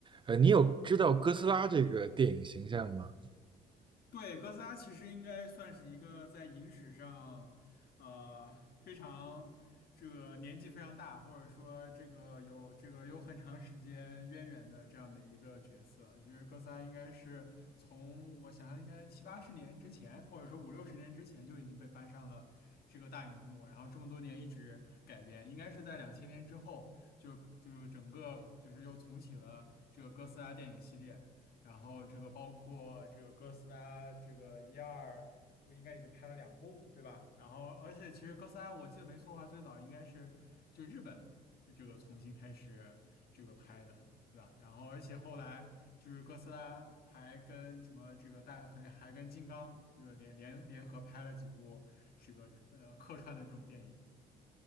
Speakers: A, on the right; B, on the left.
A: 呃，你有知道哥斯拉这个电影形象吗？
B: 对，哥斯拉其实应该算是一个在影史上，呃，非常这个年纪非常大，或者说这个有这个有很长时间渊源的这样的一个角色。其实哥斯拉应该是从我想象应该七八十年之前，或者说五六十年之前就已经被搬上了这个大荧幕，然后这么多年一直改编，应该是在两千年之后就就是整个就是又重启了这个哥斯拉电影系列。然后这个包括这个哥斯拉，这个一二，我应该已经拍了两部，对吧？然后而且其实哥斯拉，我记得没错的话，最早应该是就日本这个重新开始这个拍的，对吧？然后而且后来就是哥斯拉还跟什么这个大还还跟金刚这个联联联合拍了几部这个呃客串的这种电影，